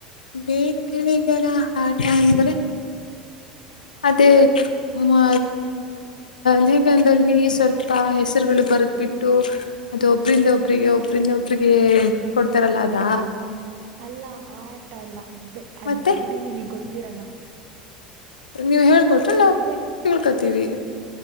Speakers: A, on the left; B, on the right.
A: ಲೇಖನಗಳ ಆಟ ಅಂದ್ರೆ ಅದೇ ಮ ಲೇಗದಲ್ಲಿ ಸ್ವಲ್ಪ ಹೆಸರುಗಳು ಬ ಬರ್ದ್ ಬಿಟ್ಟು ಅದು ಒಬ್ರಂದ ಒಬ್ರಿಗೆ ಒಬ್ರಂದ ಒಬ್ರಿಗೆ ಕೊಡ್ತಾರಲ್ಲ ಅದಾ
B: ಅಲ್ಲ ಆ ಆಟ ಅಲ್ಲ ಅದ್
A: ಮತ್ತೆ
B: ಬಿಡಿ ನಿಮಗ್ ಗೊತ್ತಿರಲ್ಲ
A: ನೀವು ಹೇಳ್ಕೊಟ್ರೆ
B: ಮತ್ತೆ
A: ನಾವು ತಿಳ್ಕತೀವಿ